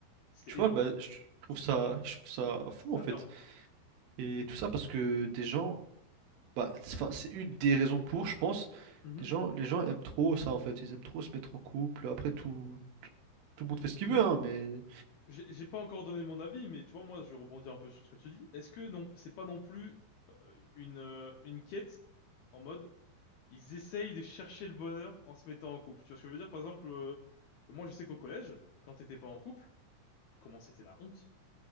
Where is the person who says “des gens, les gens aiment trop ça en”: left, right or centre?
Right